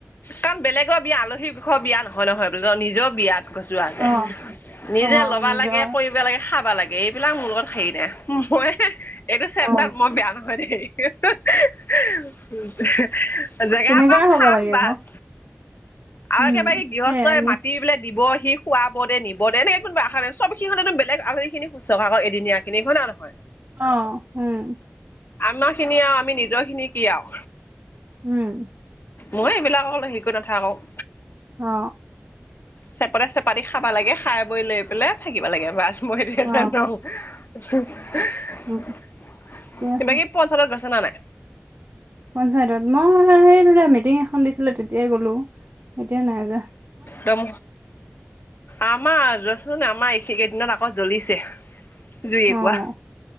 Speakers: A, on the left; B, on the right.
A: কাৰণ বেলেগৰ বিয়া আলহী দুষৰ বিয়া নহয় নহয় বোলো নিজৰ বিয়া। গজোৱা
B: অ
A: যায় নিজে
B: অ
A: লবা
B: নিজৰ
A: লাগে কৰিব লাগে খাবা লাগে। এইবিলাক মোৰ লগত হেৰি দে মই এইটো চেপ্তাৰ
B: অ অ
A: মই বেয়া নহয় দেই। <unintelligible> জেগা
B: তেনেকুৱাই
A: পাম
B: হ'ব
A: খাম
B: লাগে
A: বাছ।
B: আকৌ
A: আৰু
B: উম
A: একেবাৰে গৃহস্থই
B: সেইয়াই
A: মাতি পেললে দিব সি খুৱাব দে নিব দে এনেক- <unintelligible> কোনোশাই চব সনে বেলেগ আৰি খিনি শুশা এদিনীয়াখিনিক। হয় না নহয়?
B: অ উম।
A: আমাৰ খিনি আও আমি নিজৰ খিনি কি আও
B: উম
A: মই এইবিলাক অল শিকো নাথাকোও।
B: অ
A: চেপতে চেপতি খাবা লাগে খাই বৈ লৈ পেলাই থাকিব লাগে বাছ। মই সেইটোহে
B: অ
A: জানো <unintelligible>
B: ঠিকে
A: তিবাকি
B: আছে
A: পঞ্চায়তত গৈছ না নাই!
B: পঞ্চায়তত মই এইা মিটিং এখন দিছিলো তেতিয়াই গলো এতিয়া নাই জোৱো।
A: তম আম ৰছ নে আমাৰ সেইকেইদিনত আকৌ জ্বলিছে। জুই
B: আহ
A: একুৰা